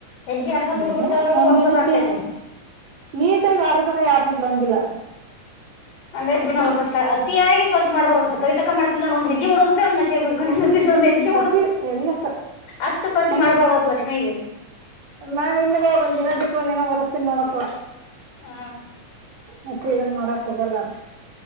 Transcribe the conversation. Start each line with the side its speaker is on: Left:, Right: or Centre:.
Left: ಹೆಜ್ಜ ಹಂಗ ಮೂಡ್
Right: ಈಗೇನು
Left: ಬಿಡ್ತಾವ ಅನ್ನೋದು
Right: ಒಂದ್
Left: ಹೊರ್ಸದಾಗಗ್ತೈತೆ
Right: ದಿನಕ್ಕೇನು ನೀಟಾಗಿ ಹಾರು ತನ ಯಾರನ್ನೂ ಬುಡಂಗಿಲ್ಲ
Left: ಅಂದ್ರೆ ದಿನಷ್ಟ ಅತಿಯಾಗಿ ಸ್ವಚ್ಛ ಮಾಡ್ಬಾರತ್ತ ಕಿವಿತಕ್ಕ ಮಾಡ್ತಿಲ್ಲ ಒಂದ್ಜ್ಜಿ ಮೂವರು ರೂಪಿ ಒಂದ ಮಷಾಗಡ್ಕೊಂಡ ಒಂದ್ ಹೆಜ್ಜೆ ಮಾಡ
Right: ಅತಿ ಎಲ್ಲಕ್ಕ
Left: ಅಷ್ಟು ಸ್ವಚ್
Right: ಹಂಗ
Left: ಮಾಡ್ಬಾರ್ದತ್ ಲಕ್ಷ್ಮೀ
Right: ನಾನ್ ಇಲ್ವಾ ಬಂದಿನ ಬಿದುಟ್ಟ ಒಂದಿನ ಬರಸ್ತೀನಿ ನೋಡಕ್ಕ
Left: ಹ
Right: ಮತ್ತೆ ಇದನ್ ಮಾಡಕ್ ಹೋಗಲ್ಲ